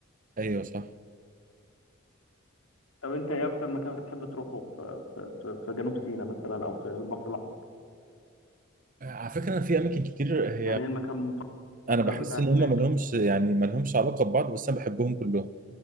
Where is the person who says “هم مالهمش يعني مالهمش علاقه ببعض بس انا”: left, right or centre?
Right